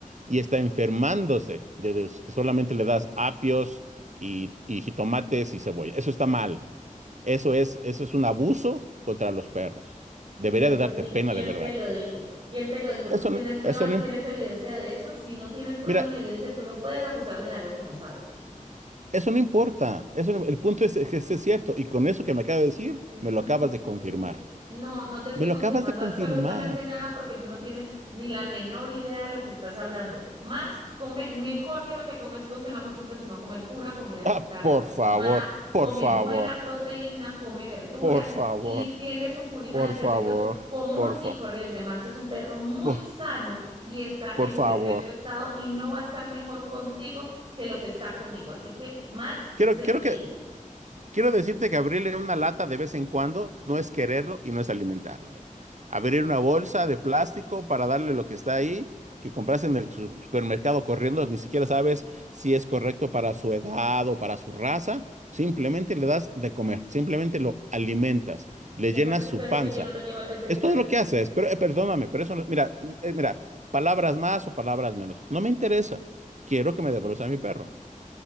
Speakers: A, on the right; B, on the right.
A: Y está enfermándose de, de que solamente le das apios y, y jitomates y cebolla. Eso está mal. Eso es, eso es un abuso contra los perros. Debería
B: ¿Y eso
A: de darte
B: a ti
A: pena
B: quién
A: de verdad.
B: te lo dijo? ¿Quién te lo dijo?
A: Eso,
B: ¿Tú tienes
A: no-
B: pruebas?
A: eso no...
B: ¿Tienes
A: imp-
B: evidencia de eso? Si no tienes pruebas
A: Mira,
B: ni evidencia, tú no puedes acusarme de algo que no sabes.
A: Eso no importa. Eso no- el punto es que es cierto. Y con eso que me acabas de decir,
B: Eso
A: me lo acabas
B: no importa.
A: de confirmar.
B: No, no te estoy
A: Me lo
B: confirmando
A: acabas de confirmar.
B: absolutamente nada porque tú no tienes ni la menor idea de lo que estás hablando. Max come mejor que lo que comes tú, que no acostumbras sino a comer pura comida chatarra.
A: Ah, por favor,
B: Max
A: por
B: come
A: favor,
B: buena proteína, come verduras
A: por favor,
B: y tiene su purina
A: por
B: de perritos
A: favor,
B: común
A: por favor,
B: y corriente. Max es un perro muy
A: por,
B: sano y está
A: por
B: en
A: favor.
B: perfecto estado y no va a estar mejor contigo que lo que está conmigo. Así que Max
A: Quiero,
B: se
A: quiero
B: queda.
A: que, Quiero decirte que abrirle una lata de vez en cuando no es quererlo y no es alimentarlo. ¿eh? Abrir una bolsa de plástico para darle lo que está ahí, que compras en el su- supermercado corriendo, ni siquiera sabes si es correcto para su edad o para su raza. Simplemente le das de comer, simplemente lo alimentas, le
B: ¿Y
A: llenas
B: acaso tú
A: su
B: crees
A: panza.
B: que yo no lo llevo al veterinario?
A: Es todo lo que haces, pero eh, perdóname, pero eso no- mira, eh, mira, palabras más o palabras menos. No me interesa. Quiero que me devuelvas a mi perro.